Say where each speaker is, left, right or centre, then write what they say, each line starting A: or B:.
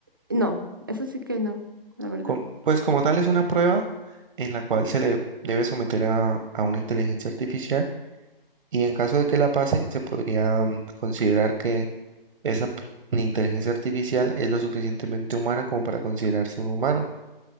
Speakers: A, on the right; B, on the right.
A: No, eso sí que no, la verdad.
B: Com- Pues como tal es una prueba en la cual se le debe someter a, a una inteligencia artificial Y en caso de que la pase, se podría mm, considerar que esa p- inteligencia artificial es lo suficientemente humana como para considerarse un humano.